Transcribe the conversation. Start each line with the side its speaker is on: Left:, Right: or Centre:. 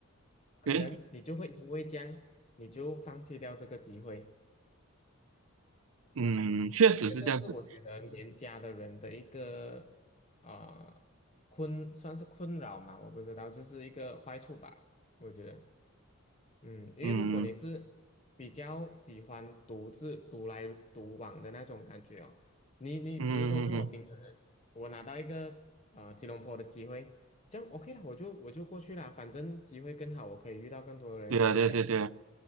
Left: 可能你就会因为这样，
Right: 对，
Left: 你就放弃掉这个机会。
Right: 嗯，确实是这样子。
Left: 这个是我觉得年家的人的一个啊、困，算是困扰嘛，我不知道，就是一个坏处吧，我觉得，嗯，因为如果你是比较喜欢独自独来独往的那种感觉哦，
Right: 嗯嗯
Left: 你你比如说像我平常人，
Right: 嗯嗯，嗯嗯
Left: 我拿到一个啊、呃吉隆坡的机会，这样 OK 了，我就我就过去啦，反正机会更好，我可以遇到更多的人，
Right: 对啊，
Left: 还是这样。
Right: 对对对啊